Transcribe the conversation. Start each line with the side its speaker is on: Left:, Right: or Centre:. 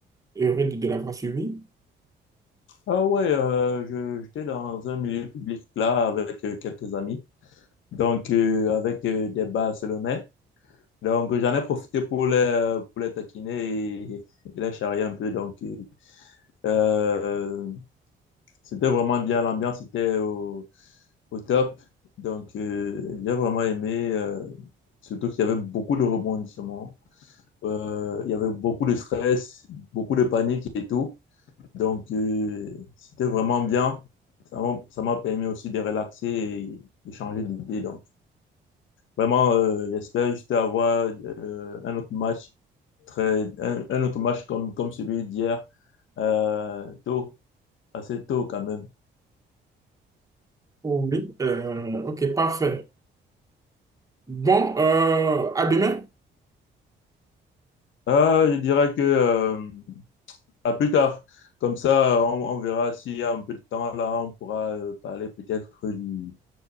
Right: Heureux de de l'avoir suivi.
Left: Ah ouais, euh, je- j'étais dans un milieu public là avec euh, quelques amis, donc euh, avec euh, des Barcelonais. Donc j'en ai profité pour les, pour les taquiner et, et les charrier un peu. Donc euh, C'était vraiment bien, l'ambiance était au, au top. Donc, euh, j'ai vraiment aimé, euh, surtout qu'il y avait beaucoup de rebondissements. Euh, il y avait beaucoup de stress, beaucoup de panique et tout. Donc, euh, c'était vraiment bien. Ça m'a- ça m'a permis aussi de relaxer et, et changer d'idée. Donc, vraiment, euh, j'espère juste avoir euh, un autre match très, un, un autre match comme, comme celui d'hier, euh, tôt, assez tôt quand même.
Right: Oui. Euh, ok, parfait. Bon, euh, à demain.
Left: Euh, je dirais que euh, à plus tard. Comme ça, on, on verra s'il y a un peu de temps là, on pourra euh, parler peut-être du,